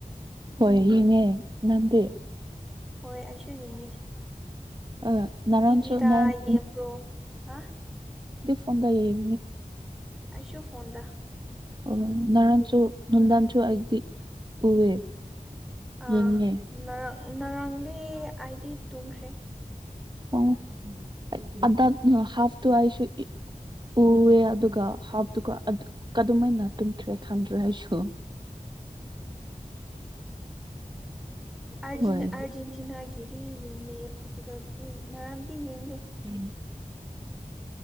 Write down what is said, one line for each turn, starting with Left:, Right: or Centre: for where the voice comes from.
Right: <inaudible> ꯍꯣꯏ ꯌꯦꯡꯉꯦ ꯉꯗ
Centre: ꯍꯣꯏ ꯑꯩꯁꯨ ꯌꯦꯡꯉꯦ
Right: ꯑ ꯅꯔꯥꯟꯁꯨ
Centre: ꯇꯤꯕꯤꯤꯗ
Right: ꯅꯔꯥꯟ
Centre: ꯌꯦ꯭ꯔꯣ ꯍꯥ
Right: ꯀ ꯗꯏꯌꯦ
Centre: ꯑꯁꯨ ꯐꯣꯟꯗ
Right: ꯑꯣ ꯅꯅꯥꯟꯁꯨ
Centre: ꯌꯦꯡꯉꯦ
Right: ꯅꯨꯡꯟꯗꯥꯟꯁꯨ ꯑꯩꯗꯤ ꯎꯋꯦ
Centre: ꯑꯥ
Right: ꯌꯦꯡꯉꯦ
Centre: ꯉꯔꯥꯡ ꯉꯔꯥꯡꯗꯤ ꯑꯩꯗꯤ ꯇꯨꯝꯈ꯭ꯔꯦ
Right: ꯑꯣ ꯍꯥꯐꯇꯨ ꯑꯩꯁꯨ ꯎꯑꯦ ꯑꯗꯨꯒ ꯍꯥꯐꯇꯨꯒ ꯀꯃꯥꯏꯅ ꯇꯟꯈ꯭ꯔꯦ ꯈꯟꯗ꯭ꯔꯦ ꯑꯩꯁꯨ
Centre: ꯔ
Right: ꯍꯣꯏ
Centre: ꯑꯔꯖꯦꯟꯇꯤꯅꯥꯒꯤꯦꯗꯤ ꯌꯦꯡꯦ ꯄꯨꯔꯇꯨꯒꯜꯗꯤ ꯅꯔꯥꯟꯗꯤ ꯌꯦꯡꯗꯦ
Right: ꯎꯝ